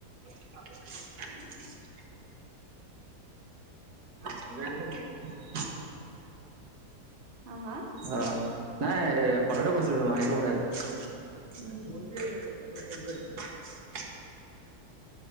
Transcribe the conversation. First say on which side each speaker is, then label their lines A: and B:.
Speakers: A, on the right; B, on the right.
A: <unintelligible> <unintelligible>
B: হা হা
A: অ', নাই কথাটো কৈছিলো তোমাক, সেইটো কথাই। <unintelligible>
B: উম